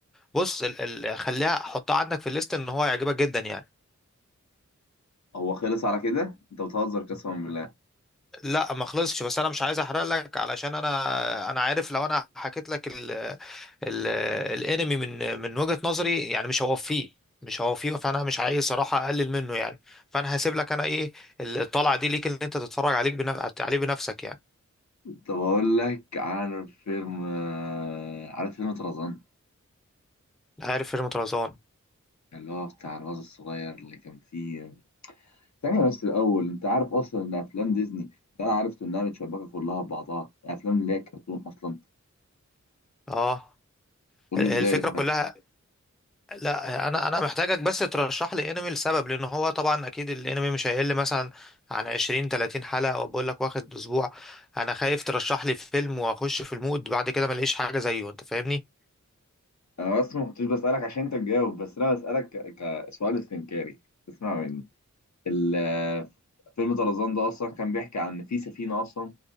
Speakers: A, in the centre; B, on the left (about 65°).
A: بص ال ال خليها حطها عندك في الليست ان هو يعجبك جدا يعني
B: هو خلص على كده؟ أنت بتهزر قسما بالله
A: لا ما خلصش بس انا مش عايز احرق لك علشان انا انا عارف لو انا حكيت لك ال ال الانمي من من وجهة نظري يعني مش هوفيه مش هوفيه فانا مش عايز صراحة اقلل منه يعني فانا هسيب لك انا ايه الطلعة دي ليك ان انت تتفرج عليك بنف... عليه بنفسك يعني
B: طب أقول لك عارف فيلم عارف فيلم طرزان
A: عارف فيلم طرزان
B: اللي هو بتاع الواد الصغير اللي كان فيه ثانية بس الأول أنت عارف أصلا إن أفلام ديزني اللي أنا عرفته إنها متشابكة كلها ببعضها الأفلام اللي هي كرتون أصلا
A: اه
B: تقول
A: الفكرة
B: لي إزاي
A: كلها لا انا انا محتاجك بس ترشح لي انمي لسبب لان هو طبعا اكيد الانمي مش هيقل مثلا عن 20 30 حلقه وبقول لك واخد اسبوع انا خايف ترشح لي فيلم واخش في المود بعد كده ما الاقيش حاجه زيه انت فاهمني
B: أنا بس ما كنتش بسألك عشان أنت تجاوب بس أنا بسألك ك- كسؤال استنكاري اسمع مني ال- فيلم طرزان ده أصلا كان بيحكي عن إن في سفينة أصلا